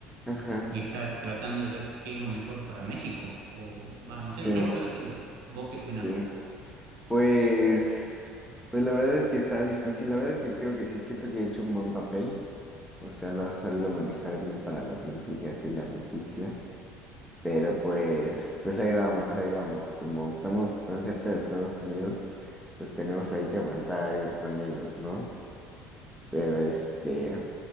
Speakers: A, in the centre; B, on the right.
A: ajá,
B: eh, y está tratando de ver qué es lo mejor para México. O,
A: sí,
B: va, no sé, yo lo veo así. ¿Vos qué opinás?
A: sí. Pues, pues la verdad es que está difícil, la verdad es que creo que sí, siento que he hecho un buen papel, o sea, lo has sabido manejar bien para lo que implica así la noticia, pero pues, pues ahí vamos, ahí vamos, como estamos tan cerca de Estados Unidos, pues tenemos ahí que aguantar ir con ellos, ¿no? Pero este,